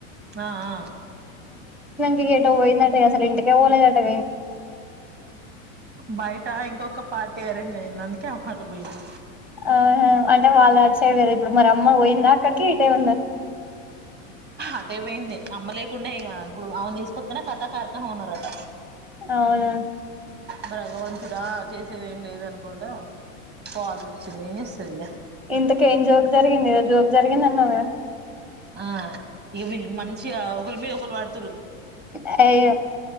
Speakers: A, on the right (about 25°); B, in the centre.
A: ఆ ఆ
B: క గెటో పోయిందట అసలింటికే పోలేదటా
A: బయట ఇంకొక ప టేరం జే యింది అందుకే అ హట పోయింది
B: ఆ అంటే వాళ్ళు అడిచేయద ఇప్పుడు మరి అమ్మ పోయిందా అక్కడికి ఇటే ఉందా
A: అటయిపోయింది అమ్మ లేకుండా ఇక ఇప్పుడు ఆవును తీసుకొస్తనే కథా కార్కన్ ఉన్నారుారట
B: అవును
A: భగవంతుడా చేసేది ఏం లేద అనుకుండా పోవాల్సి వచ్చింది ఏం చేస్తుంది ఇగ
B: ఇంతకేం జోక్ జరిగిందిదో జోక్ జరిగిందన్నావ
A: ఆ ఇ వీళ్ళు మంచిగ ఒకళ మీద ఒకల్లు పడుతురు
B: అయ